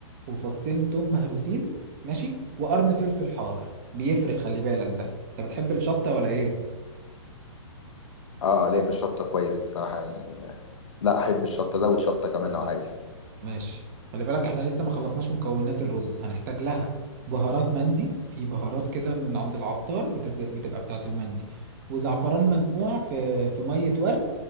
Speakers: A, on the right; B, on the left.
A: وفصين توم مهروسين ماشي وقرن فلفل حار بيفرق خلي بالك ده انت بتحب الشطة ولا ايه
B: اه ليا في الشطه كويس الصراحه يعني لا احب الشطه زود شطه كمان لو عايز
A: ماشي خلي بالك احنا لسه ما خلصناش مكونات الرز هنحتاج لها بهارات مندي في بهارات كده من عند العطار بتبقى, بتبقى بتاعة المندي وزعفران منقوع في في مية ورد